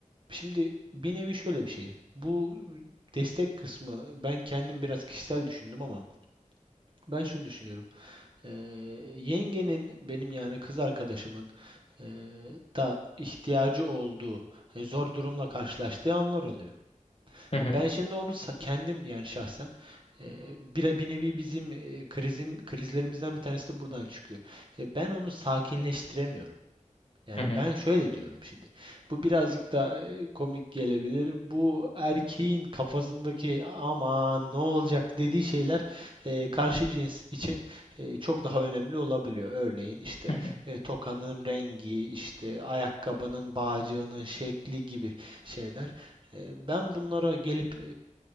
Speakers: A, on the right; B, on the left.
A: şimdi bir nevi şöyle bir şey. Bu destek kısmı ben kendim biraz kişisel düşündüm ama ben şunu düşünüyorum. Ee, yengenin benim yani kız arkadaşımın e, da ihtiyacı olduğu e, zor durumla karşılaştığı anlar oluyor.
B: hı hı,
A: E, Ben şimdi onu sa- kendim yani şahsen e, bir, bir nevi bizim e, krizim krizlerimizden bir tanesi de buradan çıkıyor. E, ben onu sakinleştiremiyorum. Yani
B: hı hı,
A: ben şöyle diyorum şimdi. Bu birazcık da e, komik gelebilir. Bu erkeğin kafasındaki aman ne olacak dediği şeyler e, karşı cins için e, çok daha önemli olabiliyor. Örneğin işte
B: hı hı,
A: e, tokanın rengi, işte ayakkabının bağcığının şekli gibi şeyler. E, ben bunlara gelip e,